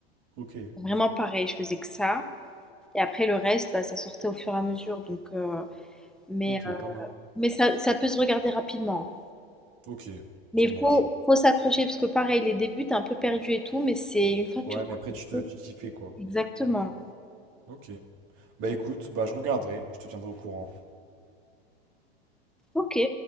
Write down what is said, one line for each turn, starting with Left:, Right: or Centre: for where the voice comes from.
Right: Ok.
Centre: Vraiment pareil, je faisais que ça. Et après, le reste, bah, ça sortait au fur et à mesure. Donc, euh, mais
Right: Ok,
Centre: euh,
Right: pas mal.
Centre: mais ça, ça peut se regarder rapidement.
Right: Ok,
Centre: Mais
Right: ça
Centre: il
Right: marche.
Centre: faut, faut s'accrocher parce que pareil, les débuts, t'es un peu perdu et tout, mais c'est une fois que
Right: Ouais,
Centre: tu
Right: mais après, tu te,
Centre: rencontres.
Right: tu t'y fais, quoi.
Centre: Exactement.
Right: Ok. Bah écoute, bah je regarderai, je te tiendrai au courant.
Centre: Ok,